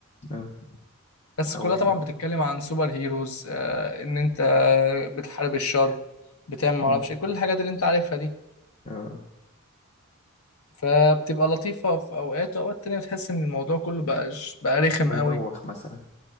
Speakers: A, on the left; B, on the left.
A: اه
B: بس
A: أو
B: كلها
A: بالظبط
B: طبعا بتتكلم عن سوبر هيروز آه ان انت بتحارب الشر بتعمل معرفش
A: م- مم.
B: إيه، كل الحاجات اللي انت عارفها دي
A: اه
B: فبتبقى لطيفة في اوقات واوقات تانية بتحس ان الموضوع كله بقى بقى رخم
A: هيبوخ
B: قوي
A: مثلا